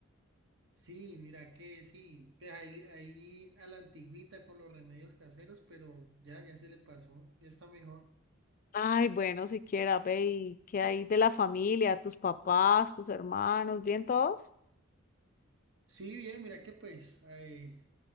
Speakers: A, on the right (about 60°); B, on the left (about 40°).
A: Sí, mira que sí, pues ahí, ahí a la antigüita con los remedios caseros, pero ya, ya se le pasó, ya está mejor.
B: Ay, bueno, siquiera, ve, ¿y qué hay de la familia, tus papás, tus hermanos, bien todos?
A: Sí, bien, mira que pues eh,